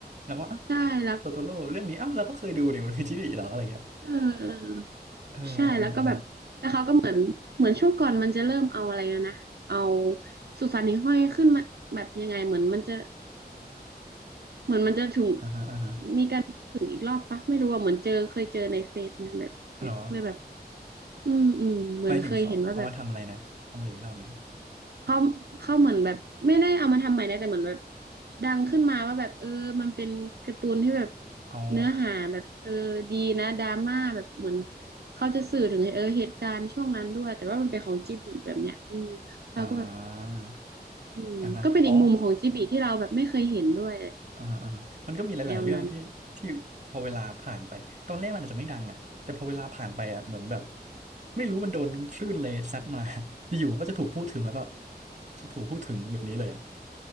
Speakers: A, on the right; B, on the right.
A: แล้วว่าอ้าว
B: ใช่แล้ว
A: ตัวตัวโลเรื่องนี้อ้าวเราก็เคยดูเนี่ยมันคือจีบีเหรออะไรเงี้ย
B: เออเออ
A: เออ
B: ใช่แล้วก็แบบแล้วเขาก็เหมือนเหมือนช่วงก่อนมันจะเริ่มเอาอะไรนะนะเอา
A: เออ
B: สุสานหิ่งห้อยขึ้นมาแบบยังไงเหมือนมันจะ เหมือนมันจะถึง
A: เอออ่าฮะอ่าฮะ
B: มีการถึงอีกรอบปะไม่รู้ว่าเหมือนเจอเคยเจอในเฟซนะแบบเนี่ยเลยแบบ
A: เหรอ
B: อืมอืมเหมือนเคยเห็นว่าแบบ
A: หมายถึงเขาเอามาทำอะไรนะทำอะไรอีกรอบนะ
B: เขาเขาเหมือนแบบไม่ได้เอามาทำใหม่นะแต่เหมือนแบบดังขึ้นมาว่าแบบเออมันเป็นการ์ตูนที่แบบ
A: อ๋อ
B: เนื้อหาแบบเออดีนะดราม่าแบบเหมือนเขาจะสื่อถึงเออเหตุการณ์ช่วงนั้นด้วยแต่ว่ามันเป็นของจิบลิแบบเนี้ยเออเราก็แบบ
A: อ่า
B: อืมก็เป็นอีกมุมของจิบลิที่เราแบบไม่เคยเห็นด้วย
A: อ่าฮะอ๋อ อ่าอ่ามันก็มีหลายๆเรื่องที่ที่พอเวลาผ่านไปตอนแรกมันอาจจะไม่ดังอ่ะแต่พอเวลาผ่านไปอ่ะเหมือนแบบ
B: แนวนั้น
A: ไม่รู้มันโดนคลื่นเลยซัดมา <laughs> อยู่ๆมันก็จะถูกพูดถึงแล้วก็ถูกพูดถึงแบบนี้เลยอ่ะ